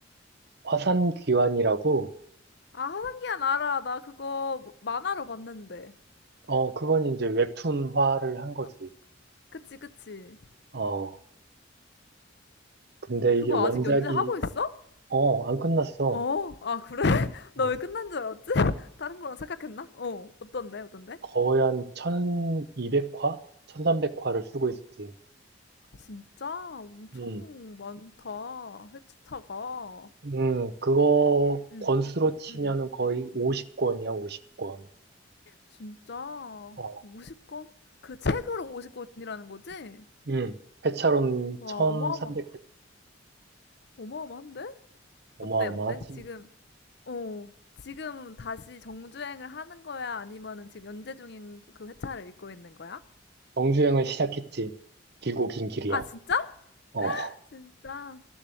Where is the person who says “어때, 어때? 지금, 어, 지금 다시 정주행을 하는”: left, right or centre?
Left